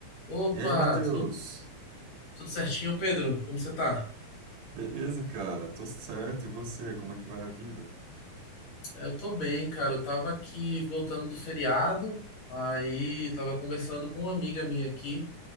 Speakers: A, on the left (about 75°); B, on the right (about 65°).
A: Opa,
B: E aí, Matheus?
A: tudo, tudo certinho, Pedro? Como você tá?
B: Beleza, cara, tô certo. E você, como é que vai a vida?
A: Eu tô bem, cara. Eu tava aqui voltando do feriado, aí tava conversando com uma amiga minha aqui